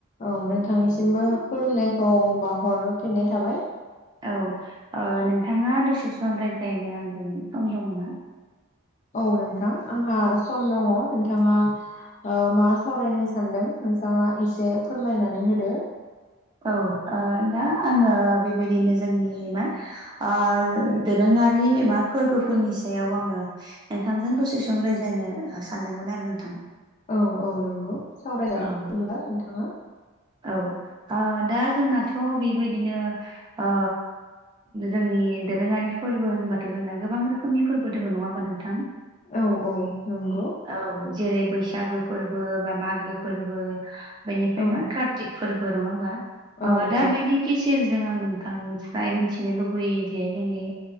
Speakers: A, on the left; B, on the right.
A: औ नोंथांनिसिमबो खुलुमनायखौ बावाहरफिननाय थाबाय।
B: औ ओ नोंथाङा दसे सम रायज्लायनो आंजों सम दङ ना?
A: औ नोंथां आंहा सम दङ नोंथाङा ओ मा सावरायनो सानदों नोंथाङा एसे फोरमायनानै होदो।
B: औ ओ दा आङो बेबायदिनो जोंनि मा ओ दोरोङारि बा फोरबोफोरनि सायाव आङो नोंथांजों दसे सम रायज्लायनो सानदोंमोन आरो नोंथां।
A: औ औ नंगौ सावरायजा
B: औ
A: <inaudible> बिदिबा नोंथाङा
B: औ ओ दा जोंनाथ' बेबायदिनो ओ जोंनि दोरोङारि फोरबो होनबाथ' जोंना गोबां रोखोमनि फोरबो दोङो नङा होमबा नोंथां।
A: औ औ नंगौ
B: औ जेरै- बैसागो फोरबो बा मागो फोरबो बेनिफ्राय
A: औ
B: मा कार्तिक फोर बो नङा होनबा
A: औ
B: ओ दा
A: औ
B: बेनि गिस सेरजों आं नोंथांनिफ्राय मिथिनो लुबैयो जे जोंनि